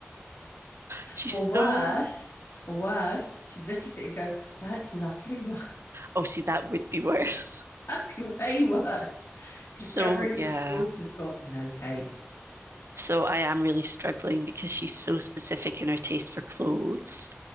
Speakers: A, on the right; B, on the left.
A: She's
B: Or
A: so
B: worse, or worse, she'd look at it and go, "That's lovely, Mum."
A: oh see that would be <laughs> worse.
B: <laughs> That'd be way worse. Discovering
A: So yeah.
B: that your daughter's got no taste.
A: So I am really struggling because she's so specific in her taste for clothes.